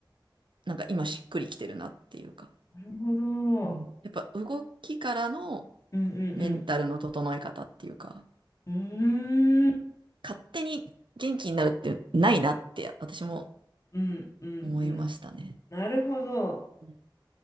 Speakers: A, on the right; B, on the left.
A: なんか今しっくりきてるなっていうか、
B: なるほど。
A: うん、やっぱ動きからの
B: うんう
A: メンタルの整え方っていうか、
B: んうん。うーん。
A: 勝手に元気になるってないなって私も
B: うんうんうん。
A: 思いましたね。
B: なるほど。
A: うん